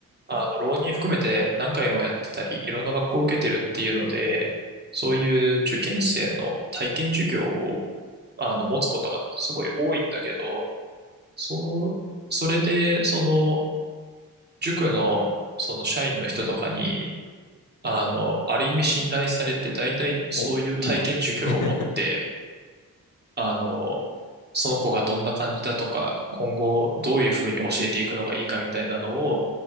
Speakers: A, on the right; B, on the left.
A: あの、浪人含めて何回もやってたり、いろんな学校を受けてるっていうので、そういう受験生の体験授業を、あの、持つことがねすごい多いんだけど、そう、それで、その、塾の、その社員の人とかに、あの、ある意味信頼されて、大体そういう体験授業を持って、
B: お、いいじゃん。<laughs>
A: あの、その子がどんな感じだとか、今後どういうふうに教えていくのがいいかみたいなのを